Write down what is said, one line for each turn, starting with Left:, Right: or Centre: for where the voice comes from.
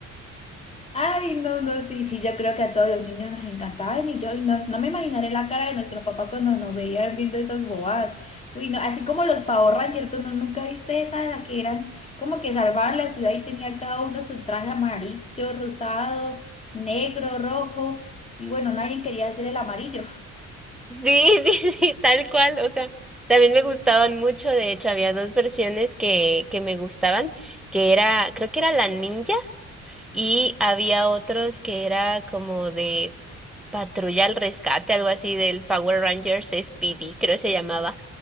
Left: Ay, no, no, sí, sí, yo creo que a todos los niños nos encantaban y yo y no, no me imaginaré la cara de nuestros papás cuando nos veían viendo esas bobadas. Uy, no, así como los Power Rangers, ¿tú no, nunca viste esa, la que eran como que salvaban la ciudad y tenía cada uno su traje amarillo, rosado, negro, rojo y bueno, nadie quería hacer el amarillo.
Centre: Sí, <laughs> sí, sí, tal cual. O sea, también me gustaban mucho. De hecho, había dos versiones que, que me gustaban, que era, creo que era la ninja y había otros que era como de patrulla al rescate, algo así del Power Rangers Speedy, creo que se llamaba